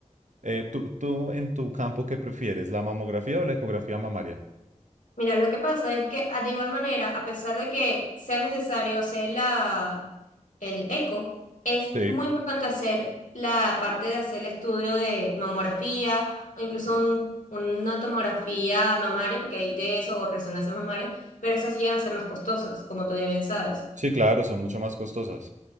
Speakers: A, on the right; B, on the left.
A: Eh, ¿tú, tú en tu campo qué prefieres, la mamografía o la ecografía mamaria?
B: Mira, lo que pasa es que ah, de igual manera, a pesar de que sea necesario hacer la, el eco, es
A: Sí,
B: muy importante hacer la parte de hacer el estudio de mamografía o incluso un- una tomografía mamaria, porque hay de eso, o resonancia mamaria, pero esas llegan a ser más costosas, como tú ya bien sabes.
A: sí, claro, son mucho más costosas.